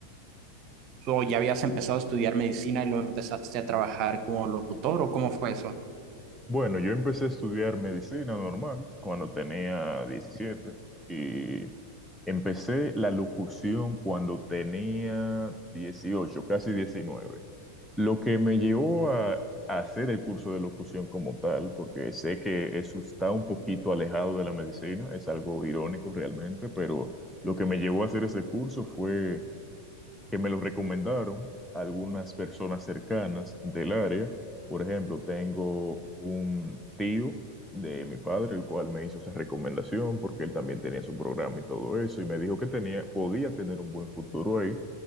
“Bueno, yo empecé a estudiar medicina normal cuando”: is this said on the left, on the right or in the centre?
Centre